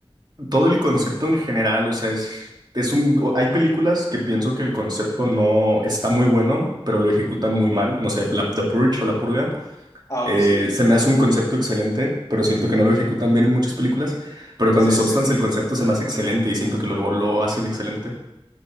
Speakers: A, on the right (about 45°); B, on the left (about 30°).
A: todo el concepto en general, o sea, es, es un, o- hay películas que pienso que el concepto no está muy bueno, pero lo ejecutan muy mal, no sé, la, The Purge o La Purga,
B: Ah,
A: eh,
B: ok, sí.
A: se me hace un concepto excelente, pero siento que no lo ejecutan bien en muchas películas, pero cuando
B: Sí,
A: Substance
B: sí, sí.
A: el concepto se me hace excelente y siento que lo, lo hacen excelente.